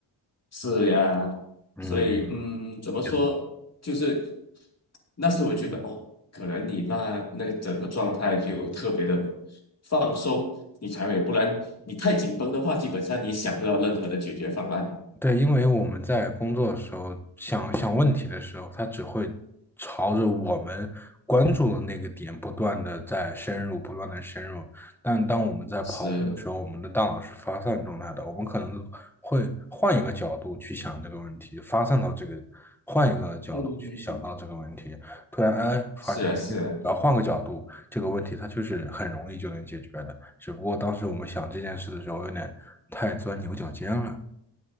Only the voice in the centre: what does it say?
嗯，
嗯，
也是。
对，因为我们在工作的时候想想问题的时候，它只会朝着我们关注的那个点不断的在深入，不断的深入。但当我们在跑步的时候，
我们的大脑是发散状态的，我们可能会换一个角度去想这个问题，发散到这个，换一个角度去想到这个问题。
突然，哎，发现，
哎然后换个角度，这个问题它就是很容易就能解决的。只不过当时我们想这件事的时候，有点太钻牛角尖了。